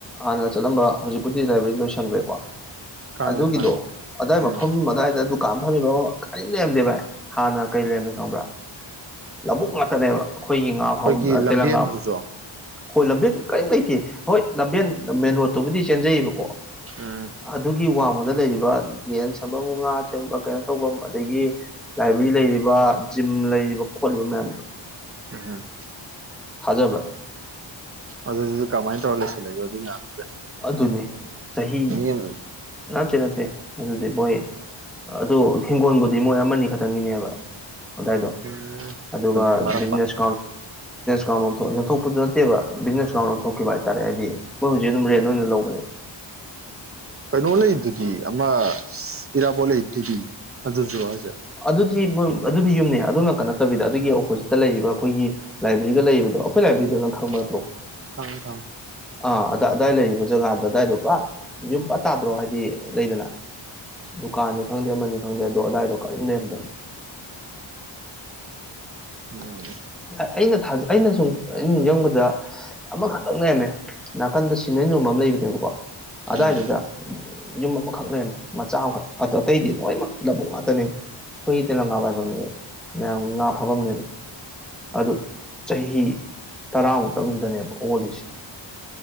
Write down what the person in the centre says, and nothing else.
ꯍꯥꯟꯅ ꯆꯠꯂꯝꯕ ꯍꯧꯖꯤꯛꯄꯨꯗꯤ ꯂꯥꯏꯕ꯭ꯔꯦꯔꯤ ꯂꯣꯏꯁꯟꯈ꯭ꯔꯦꯀꯣ
ꯑꯗꯨꯒꯤꯗꯣ
ꯑꯗꯥꯏ
ꯃꯐꯝ ꯑꯗꯨꯗꯥꯏꯗ ꯀꯥꯝ ꯐꯝꯃꯤꯕ ꯑꯃ ꯀꯔꯤꯝ ꯂꯩꯔꯝꯗꯦ ꯚꯥꯏ ꯍꯥꯟꯅ ꯀꯔꯤ ꯂꯩꯔꯝꯗ ꯈꯪꯕ꯭ꯔꯥ ꯂꯧꯕꯨꯛ ꯉꯥꯛꯇꯅꯦꯕ ꯑꯩꯈꯣꯏꯒꯤ ꯉꯥ
ꯐꯥꯎ
ꯇꯦꯂꯪꯒꯥ ꯍꯣꯏ ꯂꯝꯕꯦꯟ ꯀꯔꯤꯝ ꯂꯩꯇꯦ ꯍꯣꯏ ꯂꯝꯕꯦꯟ ꯃꯦꯟ ꯔꯣꯗꯠꯇꯨꯕꯨꯗꯤ ꯆꯦꯟꯖꯩꯌꯦꯕꯀꯣ
ꯑꯗꯨꯒꯤ ꯋꯥꯡꯃꯗ ꯂꯩꯔꯤꯕ ꯌꯦꯟꯁ ꯁꯦꯝꯐꯝ ꯉꯥ ꯁꯦꯝ ꯀꯩꯅꯣ ꯇꯧꯐꯝ ꯑꯗꯒꯤ ꯂꯥꯏꯕ꯭ꯔꯦꯔꯤ ꯂꯩꯔꯤꯕ ꯖꯤꯝ ꯂꯩꯔꯤꯕ ꯈꯣ ꯃꯦꯟꯗꯣ
ꯍꯖꯕ꯭ꯔꯥ
ꯑꯗꯨꯅꯦ ꯆꯍꯤ
ꯅꯅꯥꯠꯇꯦ ꯅꯠꯇꯦ ꯑꯗꯨꯗꯤ ꯃꯣꯏ ꯑꯗꯨ ꯍꯤꯡꯒꯣꯜꯕꯨꯗꯤ ꯃꯣꯏ ꯑꯃꯅꯤ ꯈꯛꯇꯪꯒꯤꯅꯦꯕ ꯑꯏꯗꯣ
ꯑꯗꯨꯒꯕꯤꯅꯦꯁ
ꯀꯥꯎ ꯣꯛꯄ ꯅꯠꯇꯦꯕ ꯕꯤꯅꯦꯈꯤꯕ ꯍꯥꯏꯇꯥꯔꯦ ꯍꯥꯏꯗꯤꯣꯏ ꯍꯧꯛ ꯅꯣꯏꯅ ꯂꯧꯕꯅꯦ
ꯑꯗꯨꯗꯤ ꯑꯗꯨꯗꯤ ꯌꯨꯝꯅꯦ ꯑꯗꯨꯅ ꯀ ꯅꯠꯇꯕꯤꯗ ꯑꯗꯨꯒꯤ ꯑꯣꯄꯣꯖꯤꯠꯇ ꯂꯩꯔꯤꯕ ꯑꯩꯈꯣꯏꯒꯤ ꯂꯥꯏꯕ꯭ꯔꯦꯔꯤꯒ ꯂꯩꯔꯤꯕꯗꯣ ꯑꯩꯈꯣꯏ ꯂꯥꯏꯕ꯭ꯔꯦꯔꯤꯗ
ꯅꯪ ꯈꯪꯕ ꯅꯠꯇ꯭ꯔꯣ
ꯑꯥ ꯑ ꯑꯗꯥꯏ ꯂꯩꯔꯤꯕ ꯖꯒꯥꯗ ꯑꯗꯨꯗꯥꯏꯗꯣ ꯄꯨꯔꯥ ꯌꯨꯝ ꯄ ꯇꯥꯗ꯭ꯔꯣ ꯍꯥꯏꯗꯤ ꯂꯩꯗꯅ ꯗꯨꯀꯥꯟꯅꯤ ꯈꯪꯗꯦ ꯑꯃꯅꯤ ꯈꯪꯗꯦ ꯑꯗꯣ ꯑꯗꯥꯏꯗꯣ ꯀꯔꯤꯝ ꯅꯦꯝꯗꯒꯦ
ꯑꯩꯅꯥꯖ ꯑꯩꯅ ꯁꯨꯝ ꯅꯤꯡꯁꯤꯡꯕꯗ ꯑꯃꯈꯛꯇꯪ ꯅꯦꯝꯃꯦ ꯅꯥꯀꯟꯗ ꯁꯤꯃꯦꯟ ꯌꯣꯟꯕ ꯑꯃ ꯂꯩꯕꯅꯦꯕꯀꯣ ꯑꯗꯨꯗꯥꯏꯗꯨꯗ
ꯌꯨꯝ ꯑꯃꯈꯛ ꯂꯩꯔꯝꯃꯦ ꯃꯆꯥ ꯑꯃꯈꯛ ꯑꯣ ꯑꯇꯩꯗꯤ ꯂꯣꯏꯃꯛ ꯂꯕꯨꯨꯛ ꯉꯥꯛꯇꯅꯤ ꯑꯩꯈꯣꯏꯒꯤ ꯇꯦꯂꯪꯒꯥ ꯄꯥꯏꯐꯝꯅꯦꯗ ꯃꯌꯥꯝꯒꯤ ꯉꯥ ꯐꯥꯐꯝꯅꯦ ꯑꯗꯨ ꯑꯗꯨ ꯆꯍꯤ ꯇꯔꯥꯃꯨꯛꯇꯪꯁꯤꯗꯅꯦꯕ ꯑꯣꯜꯂꯤꯁꯦ